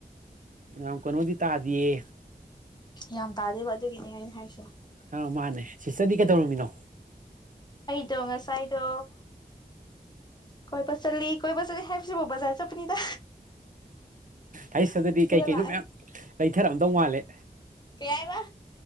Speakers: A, on the right; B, on the left.
A: ꯉꯍꯥꯡ ꯀꯩꯅꯣꯗꯤ ꯇꯥꯗꯌꯦ
B: ꯌꯥꯝ ꯇꯥꯗꯦꯕ ꯑꯗꯨꯒꯤꯅꯦ ꯑꯩꯅ ꯍꯥꯏꯁꯦ
A: ꯑꯥ ꯃꯥꯅꯦ ꯁꯤꯁꯇꯔꯗꯤ ꯀꯩꯗꯧꯔꯝꯃꯤꯅꯣ
B: ꯗꯉ ꯉꯁꯥꯏꯗꯣ ꯀꯣꯏ ꯄ ꯆ ꯀꯣꯏ ꯄ ꯆꯂꯤ ꯍꯥꯏꯁꯤꯕꯨꯣ ꯕꯖꯔ ꯆꯄꯅꯤꯗ
A: ꯑꯩꯁ ꯑꯗꯨꯗꯤ ꯀꯩ ꯀꯩꯅꯣ
B: ꯂꯥꯛꯑꯦ
A: ꯃꯌꯥꯝ ꯂꯩꯊꯔꯛꯑꯝꯗꯧ ꯃꯥꯜꯂꯦ
B: ꯌꯥꯕ